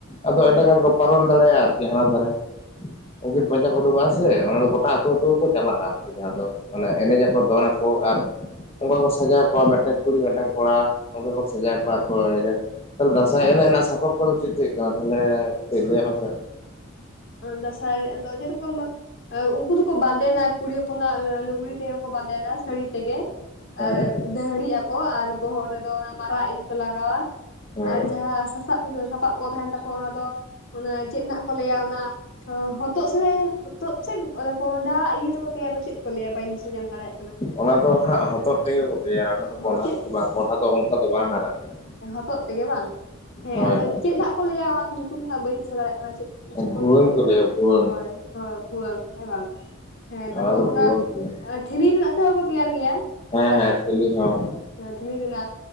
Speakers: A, on the left; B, on the left.
A: ᱟᱫᱚ
B: ᱦᱩᱸ
A: ᱮᱸᱰᱮᱠᱷᱟᱱ ᱯᱟᱨᱚᱢ ᱫᱟᱲᱮᱭᱟᱜ-ᱟ ᱟᱨᱠᱤ ᱦᱟᱱᱟ ᱫᱷᱟᱨᱮ ᱩᱱᱠᱤᱱ ᱯᱟᱸᱡᱟ ᱠᱚ ᱩᱰᱩᱠᱚᱜ-ᱟ ᱥᱮ ᱚᱱᱟ ᱫᱚ ᱜᱚᱴᱟ ᱟᱹᱛᱩ ᱟᱹᱛᱩ ᱜᱮ ᱠᱚ ᱪᱟᱞᱟᱜ-ᱟ ᱟᱨᱠᱤ ᱡᱟᱦᱟᱸ ᱫᱚ ᱚᱱᱮ ᱮᱱᱮᱡ ᱟᱠᱚ ᱫᱚᱱᱟ ᱠᱚ ᱟᱨ ᱚᱱᱠᱟ ᱠᱚ ᱥᱟᱡᱟᱣ ᱠᱚᱜ-ᱟ ᱢᱤᱫᱴᱟᱝ ᱠᱩᱲᱤ ᱢᱤᱫᱴᱟᱝ ᱠᱚᱲᱟ ᱚᱱᱠᱟ ᱠᱚ ᱥᱟᱡᱟᱣ ᱠᱚᱣᱟ ᱟᱨᱠᱚ ᱮᱱᱮᱡᱟ᱾ ᱛᱟᱦᱚᱞᱮ ᱫᱟᱸᱥᱟᱭ ᱮᱱᱮᱡ ᱨᱮᱱᱟᱜ ᱥᱟᱯᱟᱵ ᱠᱚᱫᱚ ᱪᱮᱫ ᱪᱮᱫ ᱠᱟᱱᱟ ᱛᱟᱦᱚᱞᱮ ᱠᱟᱹᱡ ᱞᱟᱹᱭᱟᱜ ᱢᱮᱥᱮ
B: ᱫᱟᱸᱥᱟᱭ ᱡᱮ ᱨᱚᱠᱚᱢ ᱩᱱᱠᱩ ᱫᱚ ᱠᱚ ᱵᱟᱸᱫᱮᱱᱟ᱾ ᱠᱩᱲᱤ ᱦᱚᱯᱚᱱᱟᱜ ᱞᱩᱜᱽᱲᱤ ᱛᱮ ᱜᱮ ᱠᱚ ᱵᱟᱸᱫᱮᱱᱟ ᱥᱟᱹᱲᱤ ᱛᱮ ᱜᱮ
A: ᱦᱮᱸ
B: ᱟᱨ ᱫᱟᱹᱦᱲᱤᱜ ᱟᱠᱚ ᱟᱨ ᱵᱚᱦᱚᱜ ᱨᱮᱫᱚ ᱚᱱᱟ ᱢᱟᱨᱟᱜ ᱤᱞ ᱠᱚ ᱞᱟᱜᱟᱣᱟ
A: ᱦᱮᱸ
B: ᱟᱨ ᱡᱟᱦᱟᱸ᱾ ᱥᱟᱵ ᱥᱟᱯᱟᱵ ᱠᱚ ᱛᱟᱦᱮᱸᱱ ᱛᱟᱠᱚᱣᱟ ᱚᱱᱟ ᱫᱚ ᱪᱮᱫ ᱱᱟᱦᱟᱜ ᱠᱚ ᱞᱟᱹᱭᱟ ᱚᱱᱟ ᱦᱚᱛᱚᱫ ᱥᱮ ᱦᱚᱛᱚᱫ ᱥᱮ ᱠᱚᱸᱦᱰᱟ ᱤᱭᱟᱹ ᱛᱮᱠᱚ ᱛᱮᱭᱟᱚ ᱪᱮᱫ ᱠᱚ ᱞᱟᱹᱭᱟ ᱵᱟᱹᱧ ᱫᱤᱥᱟᱹ ᱧᱟᱢ ᱫᱟᱲᱮᱭᱟᱜ-ᱟ᱾
A: ᱚᱱᱟ ᱫᱚ ᱦᱟᱸᱜ ᱦᱚᱛᱚᱫ ᱛᱮᱜᱮ ᱠᱚ ᱛᱮᱭᱟᱨᱟ ᱚᱱᱟ ᱫᱚ
B: ᱦᱚᱸ
A: ᱠᱚᱸᱰᱷᱟ
B: ᱪᱮᱫ
A: ᱛᱮᱫᱚ ᱵᱟᱝ ᱠᱚᱸᱰᱷᱟ ᱫᱚ ᱚᱱᱠᱟ ᱫᱚ ᱵᱟᱝ ᱦᱟᱨᱟᱜ ᱜᱮᱭᱟ᱾
B: ᱦᱚᱛᱚᱜ ᱛᱮᱜᱮ ᱵᱟᱝ ᱦᱮᱸ
A: ᱦᱳᱭ
B: ᱟᱫᱚ
A: ᱦᱳᱭ
B: ᱪᱮᱫ ᱦᱟᱜ ᱠᱚ ᱞᱟᱹᱭᱟ ᱚᱱᱟ ᱧᱩᱛᱩᱢ ᱫᱚ ᱦᱟᱜ ᱵᱟᱹᱧ ᱫᱤᱥᱟᱹ ᱫᱟᱲᱮᱭᱟᱜ ᱠᱟᱱᱟ ᱪᱮᱫ ᱠᱤᱪᱷᱩ
A: ᱵᱷᱩᱣᱟᱹᱝ
B: ᱠᱚ ᱞᱮᱭᱟ ᱡᱟᱦᱟᱸ
A: ᱞᱟᱹᱭᱟ ᱵᱷᱩᱣᱟᱹᱝ
B: ᱦᱳᱭ ᱦᱳᱭ ᱵᱷᱩᱣᱟᱹᱝ ᱦᱮᱸ ᱵᱟᱝ ᱦᱮᱸ ᱛᱟᱯᱚᱨ
A: ᱫᱚ ᱵᱷᱩᱣᱟᱹᱝ
B: ᱚᱱᱟ
A: ᱠᱚ ᱞᱟᱹᱭᱟ
B: ᱴᱷᱤᱞᱤ ᱨᱮᱱᱟᱜ ᱛᱮᱦᱚᱸ ᱛᱮᱭᱟᱨ ᱜᱮᱭᱟ
A: ᱦᱮᱸ
B: ᱚᱱᱠᱟᱱᱟᱜ
A: ᱦᱮᱸ ᱴᱷᱤᱞᱤ
B: ᱦᱮᱸ
A: ᱦᱚᱸ
B: ᱴᱷᱤᱞᱤ ᱨᱮᱱᱟᱜ